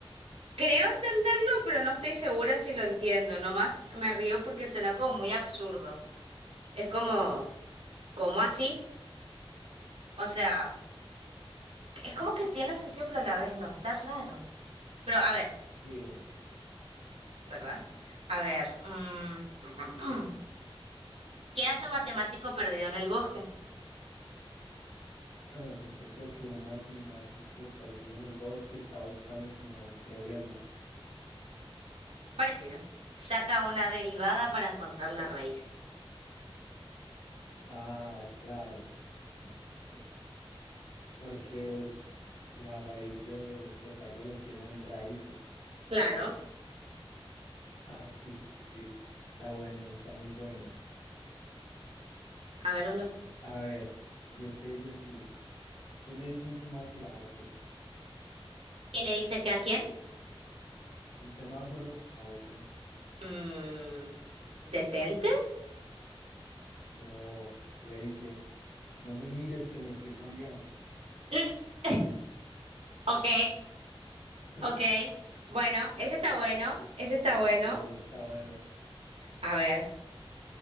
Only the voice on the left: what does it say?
Sí.
em, yo creo que un matemático perdido en el bosque está buscando como problemas.
Ah, claro, <laughs> porque es la raíz de lo- los árboles tienen raíces.
<laughs> Ah, sí, sí. Está bueno, está muy bueno.
A ver, y este dice así, ¿qué le dice un semáforo a otro?
Un semáforo a otro.
No, le dice, no me mires que me estoy cambiando.
<laughs>
Sí, está bueno.